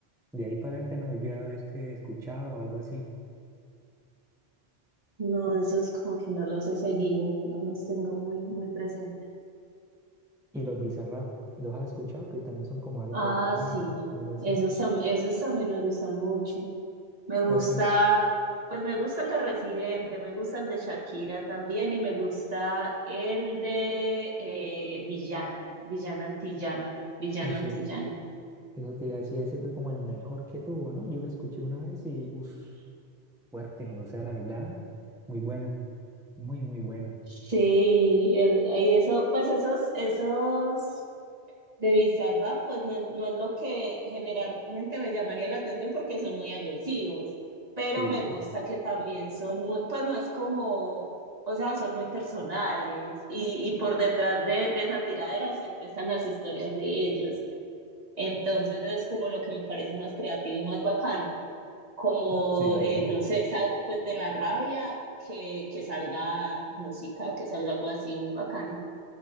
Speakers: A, in the centre; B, on the right.
A: de ahí para adelante no volví a ver que escuchaba o algo así.
B: No, esos como que no los he seguido, no los tengo muy, muy presente.
A: Y los Bizarrap, ¿los has escuchado? Que también son como algo
B: Ah,
A: de rap,
B: sí,
A: algo así.
B: esos, tam- esos también me gustan mucho. Me
A: ¿Cuál
B: gusta,
A: crees?
B: pues me gusta el de Residente, me gusta el de Shakira también y me gusta el de eh, Villana, Villana Antillana, Villano
A: Usted,
B: Antillano.
A: eso te iba a decir, ese fue como el mejor que tuvo, ¿no? Yo lo escuché una vez y, uff, fuerte, o sea, la verdad, muy bueno, muy, muy bueno.
B: Sí, el- y eso, pues esos, esos. de Bizarrap, pues no, no es lo que generalmente me llamaría la atención porque son muy agresivos, pero
A: Sí,
B: me gusta que también son muy, pues no es como, o sea, son muy personales y, y por detrás de, de esa tiradera siempre están las historias de ellos. Entonces es como lo que me parece más creativo y más bacano, como,
A: sí.
B: eh, no sé, esa- pues de la rabia que, que salga música, que salga algo así muy bacano.